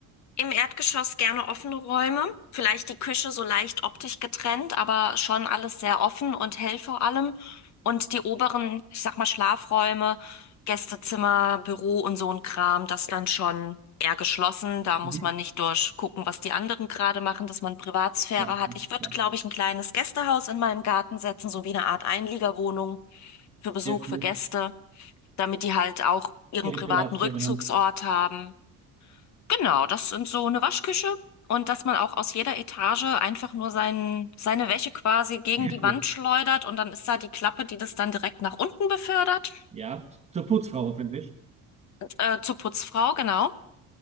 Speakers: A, on the left; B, on the right.
A: Im Erdgeschoss gerne offene Räume, vielleicht die Küche so leicht optisch getrennt, aber schon alles sehr offen und hell vor allem. Und die oberen, ich sag mal, Schlafräume, Gästezimmer, Büro und so ein Kram, das dann schon eher geschlossen. Da muss
B: Mhm.
A: man nicht durchgucken, was die anderen gerade machen, dass man Privatsphäre
B: Ja,
A: hat.
B: das
A: Ich
B: ist
A: würde,
B: klar.
A: glaube ich, ein kleines Gästehaus in meinen Garten setzen, so wie eine Art Einliegerwohnung für
B: Sehr
A: Besuch, für
B: cool.
A: Gäste, damit die halt auch ihren
B: Ihre
A: privaten
B: Privatsphäre
A: Rückzugsort
B: haben.
A: haben. Genau, das sind so eine Waschküche und dass man auch aus jeder Etage einfach nur sein, seine Wäsche quasi gegen
B: Sehr
A: die
B: cool.
A: Wand schleudert und dann ist da die Klappe, die das dann direkt nach unten befördert,
B: Ja, zur Putzfrau hoffentlich.
A: äh, zur Putzfrau, genau.